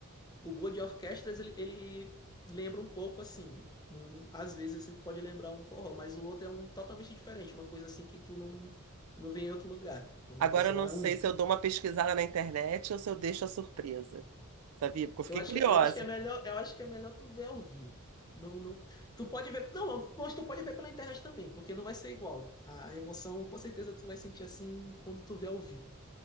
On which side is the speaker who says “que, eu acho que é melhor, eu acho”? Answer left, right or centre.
Left